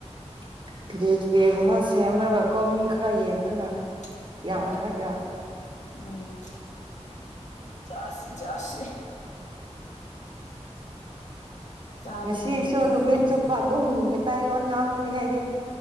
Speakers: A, on the right (about 45°); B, on the left (about 85°).
A: <unintelligible> ꯀꯦꯒꯨꯝꯕ ꯁꯦꯝꯔꯒ꯫ ꯀꯣꯃꯤꯛ꯫ ꯈꯔ ꯌꯦꯝꯔꯒ
B: ꯎꯝ
A: ꯌꯥꯝꯔꯒ꯫
B: ꯍꯣꯏ ꯎꯝ ꯆꯥꯁꯤ ꯆꯥꯁꯤ꯫ ꯆꯥꯕꯒꯤ
A: ꯁꯤꯁꯨ
B: ꯍꯤꯡꯕꯅꯤ
A: ꯅꯨꯃꯤꯠ ꯆꯨꯞꯄ ꯑꯗꯨꯝ ꯃꯤ ꯇꯩ ꯂꯣꯟ ꯉꯥꯡꯒꯅꯤ ꯑꯩꯗꯤ꯫